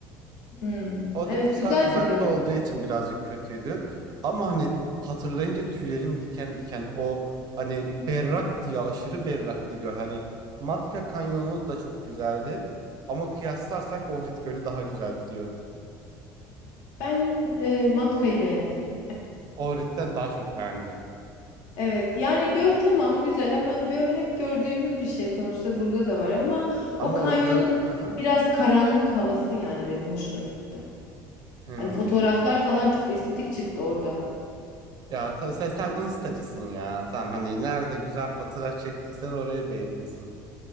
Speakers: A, on the left (about 80°); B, on the right (about 50°).
A: Hmm.
B: O
A: Evet
B: da 3 saat
A: güzel
B: uzakta
A: de göl.
B: olduğu için birazcık kötüydü. Ama hani hatırlayınca tüylerim diken diken o hani berraktı ya aşırı berraktı göl. Hani Matka Kanyonu da çok güzeldi. Ama kıyaslarsak Ohrid Gölü daha güzeldi diyorum.
A: Ben e, Matka'yı beğendim.
B: Ohrid'den daha çok beğendim.
A: Evet yani göl tamam güzel ama göl hep gördüğümüz bir şey sonuçta burada da var ama
B: Ama
A: o kanyonun
B: o göl... Hı hı.
A: biraz karanlık havası yani benim hoşuma gitti.
B: Hmm.
A: Hani fotoğraflar falan çok estetik çıktı orada.
B: Ya ta- sen, sen instacısın ya. Sen hani nerede güzel fotoğraf çektiysen orayı beğeniyorsun.